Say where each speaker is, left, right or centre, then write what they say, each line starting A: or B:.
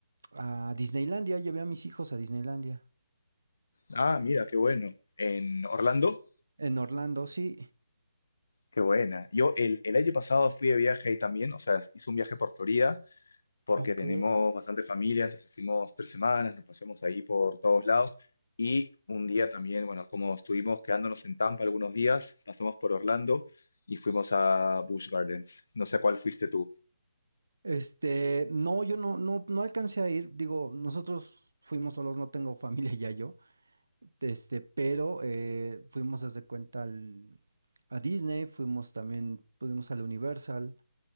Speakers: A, on the right; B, on the left.
A: A Disneylandia, llevé a mis hijos a Disneylandia.
B: Ah, mira, qué bueno. ¿En Orlando?
A: En Orlando, sí.
B: Qué buena. Yo el, el año pasado fui de viaje ahí también, o sea, hice un viaje por Florida porque
A: Ok.
B: tenemos bastante familia, entonces fuimos tres semanas, nos pasamos ahí por todos lados y un día también, bueno, como estuvimos quedándonos en Tampa algunos días, pasamos por Orlando y fuimos a Busch Gardens. No sé a cuál fuiste tú.
A: Este, no, yo no, no, no alcancé a ir. Digo, nosotros fuimos solos, no tengo <laughs> familia ya yo. Este, pero eh, fuimos haz de cuenta al- a Disney, fuimos también, pudimos al Universal,